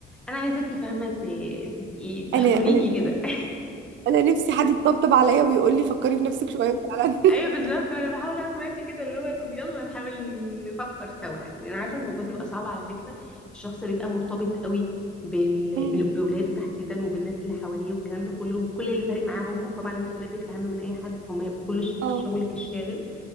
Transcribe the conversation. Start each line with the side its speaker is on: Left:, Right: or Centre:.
Centre: انا عايزاكي فاهمه ت- تبقي تحضنيكي
Right: انا انا
Centre: كده <laughs>
Right: انا نفسي حد يطبطب عليا ويقول لي فكري في نفسك شويه فعلا
Centre: ايوه بالظبط ما انا بحاول اعمل معاكي كده اللي هو طب يلا نحاول نفكر سوا يعني انا عارفه الموضوع بيبقى صعب على فكره الشخص اللي بيبقى مرتبط قوي بال...
Right: <laughs> مم.
Centre: بال- بولاده تحديدا وبالناس اللي حواليه والكلام ده كله وكل اللي فارق معاه هم طبعا انتي ولادك اهم من اي حد فهم هيبقوا كل ش-
Right: اه
Centre: شغلك الشاغل